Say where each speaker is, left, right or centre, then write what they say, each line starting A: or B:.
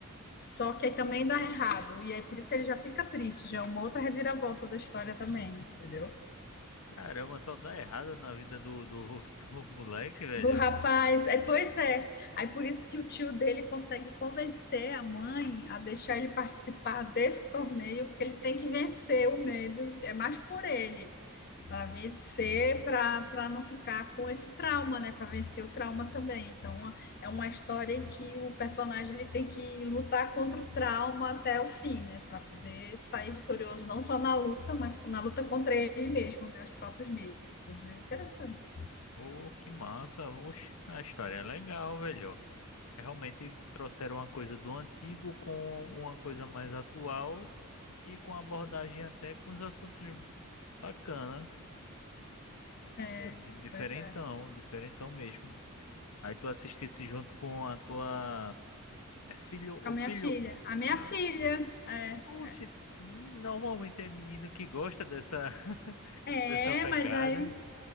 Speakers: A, on the left; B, on the left.
A: Só que aí também dá errado. E aí por isso ele já fica triste, já é uma outra reviravolta da história também, entendeu?
B: Caramba, só dá errado na vida do, do, <laughs> do moleque, velho.
A: Do rapaz. É, pois é. Aí por isso que o tio dele consegue convencer a mãe a deixar ele participar desse torneio, porque ele tem que vencer o medo. É mais por ele. para vencer, para não ficar com esse trauma, né? Para vencer o trauma também. Então, a- é uma história em que o personagem ele tem que lutar contra o trauma até o fim, né? Para poder sair vitorioso, não só na luta, mas na luta contra ele mesmo, né? Os próprios medos, né? Interessante.
B: Ô, que massa. Oxe, a história é legal, velho. Realmente trouxeram uma coisa do antigo com uma coisa mais atual e com abordagem até com os assuntos bacana.
A: É,
B: Pô, di- diferentão,
A: pois é.
B: diferentão mesmo. Aí tu assistisse junto com a tua... É filho ou
A: Com a
B: filho?
A: minha filha. A minha
B: Ah.
A: filha. É,
B: Oxe,
A: é
B: normalmente é menino que gosta dessa, <laughs>
A: É,
B: dessa pegada.
A: mas aí